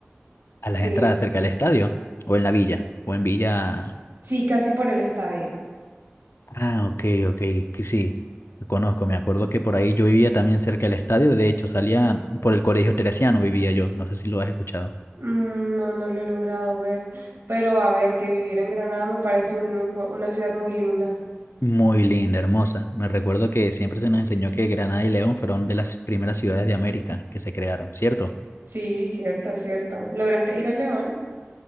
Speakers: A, on the left; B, on the right.
A: ¿A
B: Sí,
A: las entradas cerca del estadio? ¿O en la villa? ¿O en Villa?
B: sí, casi por el estadio.
A: Ah, ok, ok, que sí, lo conozco, me acuerdo que por ahí yo vivía también cerca del estadio, de hecho salía por el Colegio Teresiano vivía yo, no sé si lo has escuchado.
B: Mm, No, no lo he logrado ver, pero a ver, que vivir en Granada me parece un lujo, una ciudad muy linda.
A: Muy linda, hermosa. Me recuerdo que siempre se nos enseñó que Granada y León fueron de las primeras ciudades de América que se crearon, ¿cierto?
B: Sí, cierto, cierto. ¿Lograste ir a León?